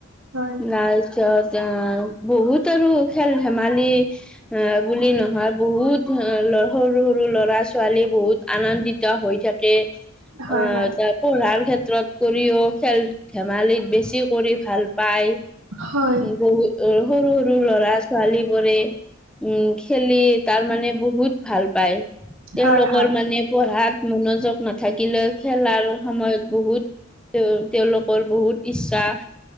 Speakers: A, on the right (about 85°); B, in the centre.
A: হয়।
B: লাষ্টত যাওঁ বহুত আৰু খেল ধেমালি এ বুলি নহয় বহুত সৰু সৰু ল'ৰা ছোৱালী বহুত আনন্দিত হৈ থাকে।
A: হয়
B: আহ
A: হয়
B: পঢ়াৰ ক্ষেত্ৰত কৰিও খেল ধেমালিত বেছি কৰি ভাল পায়।
A: হয়
B: সৰু সৰু ল'ৰা ছোৱালীবোৰে উম খেলি তাৰ মানে বহুত ভাল পায়। তেওঁলোকৰ
A: হয় হয়
B: মানে পঢ়াত মনোযোগ নাথাকিলেও খেলাৰ সময়ত বহুত তেওঁ তেওঁলোকৰ বহুত ইচ্ছা